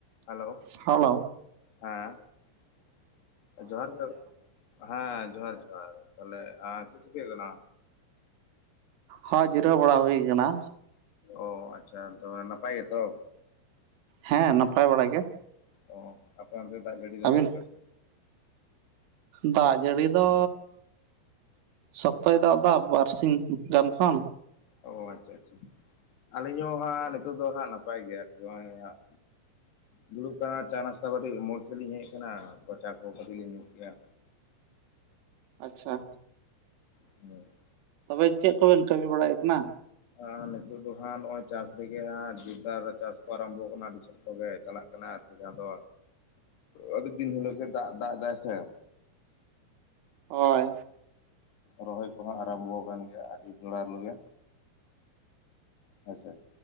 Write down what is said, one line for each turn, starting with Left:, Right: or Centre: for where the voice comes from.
Left: Hello
Right: hello
Left: ᱦᱮᱸ ᱡᱚᱦᱟᱨ ᱜᱮ, ᱦᱮᱸ ᱡᱚᱦᱟᱨ ᱡᱚᱦᱟᱨ, ᱛᱟᱦᱚᱞᱮ ᱪᱮᱫ ᱪᱤᱠᱟᱹᱭ ᱠᱟᱱᱟ?
Right: ᱦᱚᱭ ᱡᱤᱨᱟᱹᱣ ᱵᱟᱲᱟ ᱦᱩᱭ ᱟᱠᱟᱱᱟ᱾
Left: ᱚ ᱟᱪᱪᱷᱟ, ᱛᱚᱵᱮ ᱱᱟᱯᱟᱭ ᱜᱮ ᱛᱚ,
Right: ᱦᱮᱸ ᱱᱟᱯᱟᱭ ᱵᱟᱲᱟ ᱜᱮ᱾
Left: ᱚ ᱟᱯᱮ ᱚᱱᱛᱮ ᱫᱟᱜ ᱡᱟᱹᱲᱤ ᱫᱚ
Right: ᱟᱹᱵᱤᱱ
Left: ᱚᱠᱟ ᱞᱮᱠᱟ?
Right: ᱫᱟᱜ ᱡᱟᱹᱲᱤ ᱫᱚ᱾ ᱥᱚᱠᱛᱚᱭ ᱫᱟᱜ ᱫᱟ ᱵᱟᱨᱥᱤᱧ ᱜᱟᱱ ᱠᱷᱚᱱ
Left: ᱚ ᱟᱪᱪᱷᱟ, ᱟᱪᱪᱷᱟ, ᱟᱹᱞᱤᱧ ᱦᱚᱸ ᱦᱟᱸᱜ ᱱᱤᱛᱚᱜ ᱫᱚ ᱦᱟᱸᱜ ᱱᱟᱯᱟᱭ ᱜᱮᱭᱟ, ᱟᱨᱠᱤ ᱱᱚᱜᱼᱚᱭ ᱦᱟᱸᱜ ᱫᱩᱲᱩᱵ ᱟᱠᱟᱱᱟ ᱪᱟ ᱱᱟᱥᱛᱟ ᱠᱟᱹᱴᱤᱡ ᱢᱳᱲ ᱥᱮᱫ ᱞᱤᱧ ᱦᱮᱡ ᱟᱠᱟᱱᱟ ᱠᱚ ᱪᱟ ᱠᱚ ᱠᱟᱹᱴᱤᱡ ᱞᱤᱧ ᱧᱩ ᱠᱮᱜᱼᱟ᱾
Right: ᱟᱪᱪᱷᱟ,
Left: <unintelligible>
Right: ᱛᱚᱵᱮ ᱪᱮᱫ ᱠᱚᱵᱮᱱ ᱠᱟᱹᱢᱤ ᱵᱟᱲᱟᱭ ᱮᱫ ᱠᱟᱱᱟ?
Left: ᱟᱨ ᱱᱤᱛᱳ ᱫᱚ ᱦᱟᱸᱜ ᱱᱚᱜᱼᱚᱭ ᱪᱟᱥ ᱨᱮᱜᱮ, ᱦᱟᱸᱜ ᱡᱩᱛᱫᱟᱨ ᱪᱟᱥ ᱠᱚ ᱟᱨᱟᱢᱵᱚ ᱠᱟᱱᱟ᱾ ᱛᱚᱵᱮ ᱪᱟᱞᱟᱜ ᱠᱟᱱᱟ ᱟᱨᱠᱤ ᱡᱟᱦᱟᱸ ᱫᱚᱼᱼ ᱟᱹᱰᱤ ᱫᱤᱱ ᱦᱤᱞᱳᱜ ᱫᱟ ᱫᱟᱜ ᱫᱟᱭ ᱥᱮ
Right: ᱦᱳᱭ
Left: ᱨᱚᱦᱚᱭ ᱠᱚ ᱦᱚᱸ ᱟᱨᱟᱢᱵᱚ ᱟᱠᱟᱱ ᱜᱮᱭᱟ, ᱟᱹᱰᱤ ᱡᱚᱲᱟ ᱞᱚᱜᱮ ᱦᱮᱸ ᱥᱮ,